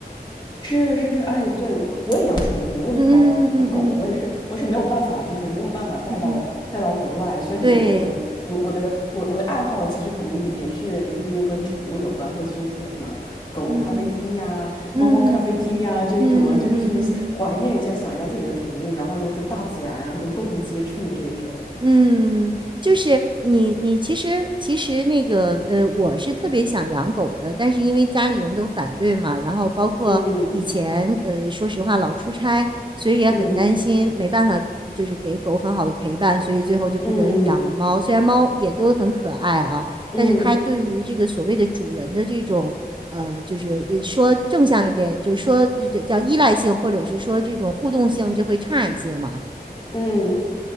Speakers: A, on the left (about 25°); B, on the right (about 30°).
A: 是是是，哎，对，我也养宠物，
B: <laughs>
A: 我有一条狗，
B: 嗯嗯嗯嗯
A: 我也是，我是没有办法，
B: 嗯
A: 就是没有办法带到带到国外，
B: 嗯嗯嗯，
A: 所以很多时候我的我我的我我的爱好其实可能也也是也是又跟宠物有关，
B: 对，
A: 会去一些什么狗狗咖啡厅呀、
B: 嗯嗯嗯嗯
A: 猫猫咖啡厅呀这一种啊，
B: 嗯嗯嗯。
A: 就是去怀念一下、想一下自己的宠物，然后呢跟大自然啊、跟动物接触这一种。
B: 嗯，就是你，你其实其实那个呃，我是特别想养狗的，但是因为家里人都反对嘛，然后包括以前呃，
A: 嗯
B: 说实话老出差，所以也很担心，
A: 嗯
B: 没办法就是给狗很好的陪伴，所以最后就不得已养了猫。
A: 嗯
B: 虽然猫也都很可爱啊，
A: 嗯嗯嗯。
B: 但是它对于这个所谓的主人的这种呃，
A: 嗯
B: 就是呃说正向一点，就是说就就叫依赖性，或者是说这种互动性就会差一些嘛。
A: 嗯